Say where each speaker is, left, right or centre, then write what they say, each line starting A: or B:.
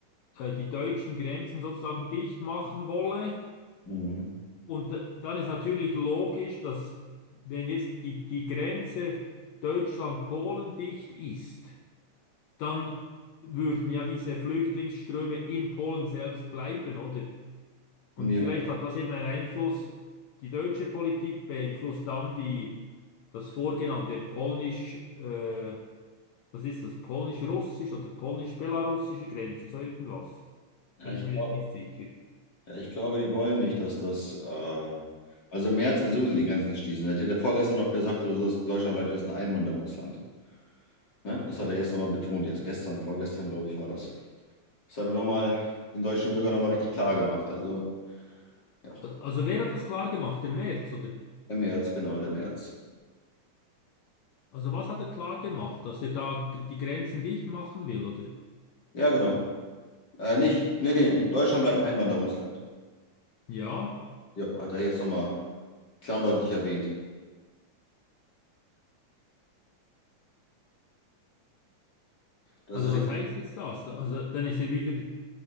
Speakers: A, on the left; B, on the left.
A: äh, die deutschen Grenzen sozusagen dicht machen wolle.
B: Mhm.
A: Und d- dann ist natürlich logisch, dass wenn jetzt die, die Grenze Deutschland-Polen dicht ist, dann würden ja diese Flüchtlingsströme in Polen selbst bleiben, oder?
B: Ja,
A: Und vielleicht hat das eben einen Einfluss, die deutsche Politik beeinflusst dann die, das Vorgehen an der polnisch, äh, was ist das, polnisch-russisch oder polnisch-belarussische Grenze, so irgendwas.
B: Ja,
A: Bin
B: ich,
A: ich mir
B: glaube.
A: jetzt nicht sicher.
B: Ja, ich glaube, die wollen nicht, dass das. Äh, also im März will sowieso die Grenzen nicht schließen. Da Hat ja der vorgestern noch gesagt oder so, dass Deutschland bleibt jetzt ein Einwanderungsland. Ne? Das hat er jetzt nochmal betont. Jetzt gestern, vorgestern, glaube ich, war das. Das hat er nochmal den deutschen Bürgern nochmal richtig klar gemacht. Also, ja,
A: Also wer hat das klar gemacht? Der Merz, oder?
B: im März, genau, der März.
A: Also was hat er klar gemacht, dass er da g- die Grenzen dicht machen will, oder?
B: Ja, genau. Äh, nicht, nee, nee, Deutschland bleibt ein Einwanderungsland.
A: Ja,
B: Ja, hat er jetzt nochmal klar und deutlich erwähnt. Das
A: also
B: ist.
A: was heißt jetzt das? Also dann ist er wieder,